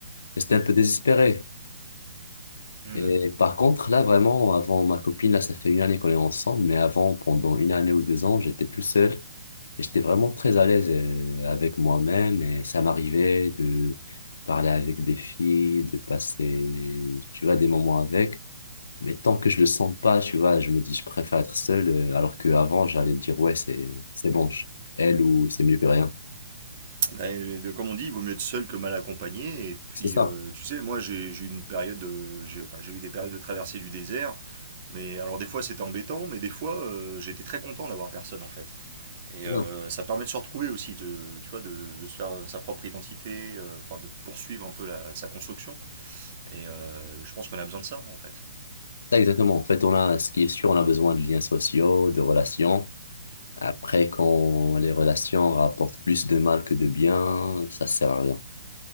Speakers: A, on the left (about 60°); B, on the right (about 25°).
A: Et C'était un peu désespéré.
B: Hmm.
A: Et par contre, là, vraiment, avant ma copine, là, ça fait une année qu'on est ensemble, mais avant, pendant une année ou deux ans, j'étais tout seul et j'étais vraiment très à l'aise euh, avec moi-même et ça m'arrivait de parler avec des filles, de passer, tu vois, des moments avec. Mais tant que je le sens pas, tu vois, je me dis, je préfère être seul, euh, alors qu'avant, j'allais dire, ouais, c'est, c'est bon, je- elle ou c'est mieux que rien.
B: Ben, de- comme on dit, il vaut mieux être seul que mal accompagné. Et puis,
A: C'est ça.
B: euh, tu sais, moi, j'ai j'ai eu une période, de- j'ai enfin, j'ai eu des périodes de traversée du désert. Mais alors, des fois, c'était embêtant, mais des fois, euh, j'étais très content d'avoir personne, en fait. Et
A: C'est
B: euh, ça permet de se retrouver aussi, de, tu vois, de, de se faire euh, sa propre identité, euh, enfin, de poursuivre un peu la- sa construction. Et euh, je pense qu'on a besoin de ça, en fait.
A: ça, exactement. En fait, on a, ce qui est sûr, on a besoin de liens sociaux, de relations. Après, quand les relations rapportent plus de mal que de bien, ça sert à rien.